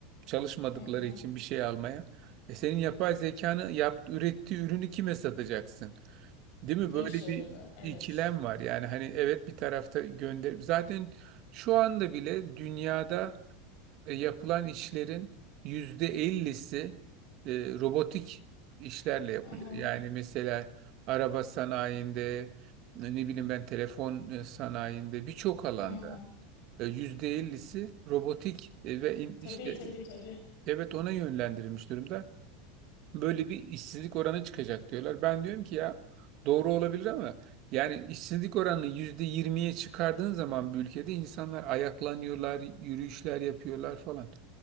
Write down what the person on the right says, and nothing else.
Çalışmadıkları
için bir şey almaya. E senin yapay zekanı yaptı, ürettiği ürünü kime satacaksın? Değil mi?
Böyle
bir
ikilem var. Yani hani evet bir tarafta gönder. Zaten şu anda bile dünyada e, yapılan işlerin yüzde ellisi e, robotik işlerle yapılıyor.
Yani mesela araba sanayinde, e, ne bileyim ben telefon e, sanayinde birçok alanda
e, yüzde ellisi robotik e, ve in-
işte
evet ona yönlendirilmiş durumda. Böyle bir işsizlik oranı çıkacak diyorlar. Ben diyorum ki ya doğru olabilir ama yani işsizlik oranını yüzde yirmiye çıkardığın zaman bir ülkede insanlar ayaklanıyorlar, yürüyüşler yapıyorlar falan.